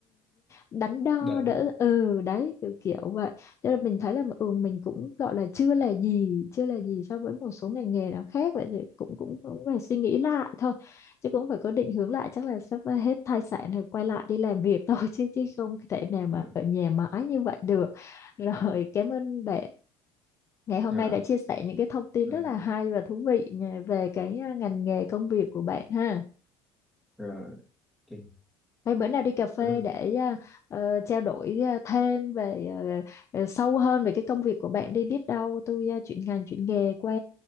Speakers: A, on the left; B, in the centre.
A: đắn đo
B: để
A: đỡ ừ đấy kiểu kiểu vậy cho nên mình thấy là ừ mình cũng gọi là chưa là gì chưa là gì so với một số ngành nghề nào khác vậy thì cũng cũng cũng phải suy nghĩ lại thôi chứ cũng phải có định hướng lại chắc là sắp ờ, hết thai sản thì quay lại đi làm việc <laughs> thôi chứ chứ không thể nào mà
B: à,
A: ở nhà mãi như vậy được <laughs> rồi cảm ơn bạn ngày hôm
B: rồi
A: nay đã chia sẻ những cái thông tin
B: rồi
A: rất là hay và thú vị ờ, về cái à, ngành nghề công việc của bạn ha
B: rồi. ok
A: Vậy bữa nào đi cà phê
B: cảm ơn
A: để à, ờ, trao đổi à, thêm về à, ờ, sâu hơn về cái công việc của bạn đi biết đâu tôi à, chuyển ngành chuyển nghề qua